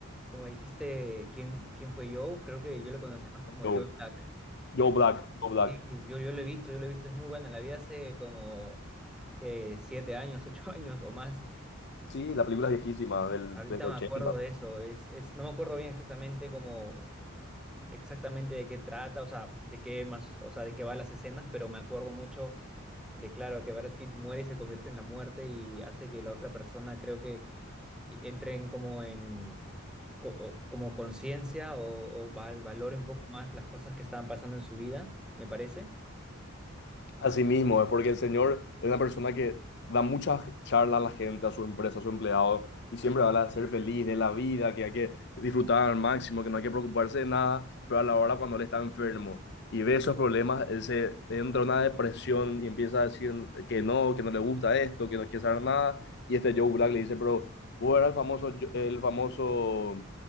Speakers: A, in the centre; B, on the left.
A: como dijiste, ¿quién, quién fue Joe? Creo que yo lo conocía más como
B: Joe,
A: Joe Black.
B: Joe
A: Entonces,
B: Black, Joe Black.
A: sí, yo, yo lo he visto, yo lo he visto. Es muy buena. La vi hace como que siete años, <laughs> ocho años o más.
B: Sí, la película es viejísima, del,
A: Ahorita
B: del ochenta
A: me acuerdo de eso, es, es, no me acuerdo bien exactamente cómo, exactamente de qué trata, o sea, de qué más, o sea, de qué va las escenas, pero me acuerdo mucho de, claro, que Brad Pitt muere y se convierte en la muerte y hace que la otra persona, creo que entre en como en, co- o- como conciencia o, o val- valore un poco más las cosas que estaban pasando en su vida, me parece.
B: Así mismo, es porque el señor es una persona que da muchas charlas a la gente, a sus empresas, a sus empleados, y siempre habla de ser feliz, de la vida, que hay que disfrutar al máximo, que no hay que preocuparse de nada, pero a la hora cuando él está enfermo y ve esos problemas, él se entra en una depresión y empieza a decir que no, que no le gusta esto, que no quiere saber nada, y este Joe Black le dice, pero vos eras el famoso, Jo- el famoso